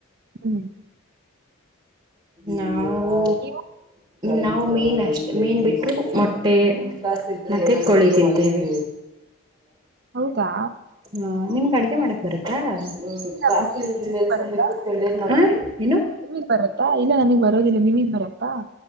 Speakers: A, on the right (about 45°); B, on the right (about 25°).
A: ಹ್ಮ್
B: ನಾವು
A: ನೀವು?
B: ನಾವು ಮೀನ್ ಅಷ್ಟ ಮೀನ್ ಬಿಟ್ಟು ಮೊಟ್ಟೆ ನಾತಿ ಕೋಳಿ ತಿಂತೇವಿ
A: ಹೌದಾ
B: ಹಾ ನಿಮ್ಗೆ ಅಡ್ಗೆ ಮಾಡಕ್ ಬರುತ್ತಾ <unintelligible>
A: ನಿಮಗ್ ಬರುತ್ತಾ
B: ಹ ಹೇನು
A: ನಿಮಗ್ ಬರುತ್ತಾ ಇಲ್ಲ ನನಗ್ ಬರೋದಿಲ್ಲ ನಿಮಗ್ ಬರಪ್ಪಾ